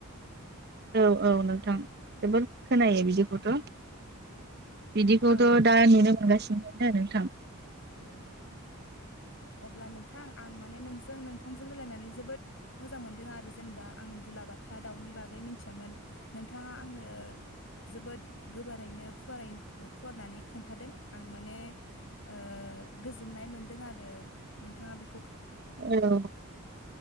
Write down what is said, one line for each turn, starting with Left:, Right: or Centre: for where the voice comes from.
Right: औ औ नोंथां जोबोद खोनायो बिदिखौथ बिदिखौथ
Left: औ
Right: दा नुनोमोनगासिनो नो नोंथां
Left: औ औ ओ अब्ला नोंथां आं माने नोंजों नोंथांजों रायलायनानै जोबोद मोजां मोनदों आरो जेनेबा आं दुलाबाथा दाउनि बागै मिन्थियामोन नोंथाङा आंनो जोबोद गोबोरैनो फुवारै ओ फुवारनानै खोन्थादों आं माने ओ गोजोननाय मोनदों आरो नोंथाङा बेफ
Right: औ